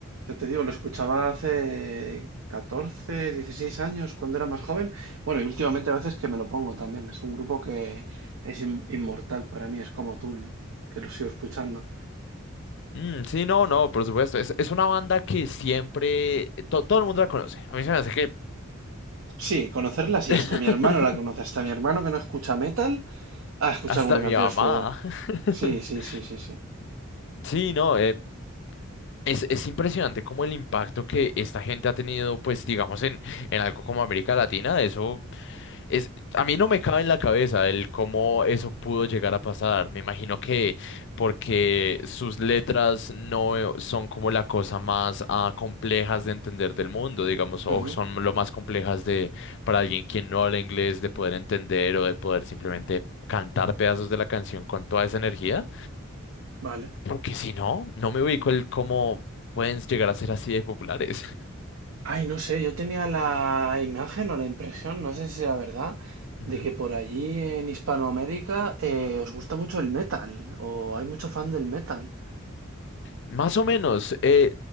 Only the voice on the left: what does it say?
Mm, sí, no, no, por supuesto. Es, es una banda que siempre to- todo el mundo la conoce. A mí se me hace que
<laughs>
hasta
mi
mamá.
<laughs>
Sí, no, eh, Es, es impresionante como el impacto que esta gente ha tenido, pues digamos, en, en algo como América Latina. Eso es, a mí no me cabe en la cabeza el cómo eso pudo llegar a pasar. Me imagino que porque sus letras no son como la cosa más ah, complejas de entender del mundo, digamos, o
son lo más complejas de para alguien quien no habla inglés de poder entender o de poder simplemente cantar pedazos de la canción con toda esa energía.
Porque si no, no me ubico el cómo pueden llegar a ser así de populares.
<laughs>
Ujú.
Más o menos, eh,